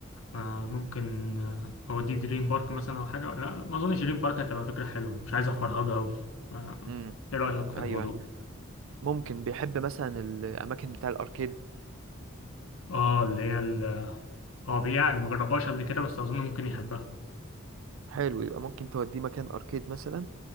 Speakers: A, on the left (about 75°); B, on the right (about 65°).
A: آه، ممكن آه، أوديه دريم بارك مثلا أو حاجة لا ما أظنش دريم بارك هتبقى فكرة حلوة مش عايز أفرهده أوي آه،
B: امم
A: إيه رأيك في
B: ايوه
A: الموضوع؟
B: ممكن بيحب مثلا الأماكن بتاع الأركيد
A: آه اللي هي ال- آه، هو بيعني مجربهاش قبل كده بس أظن ممكن يحبها
B: حلو يبقى ممكن توديه مكان أركيد مثلا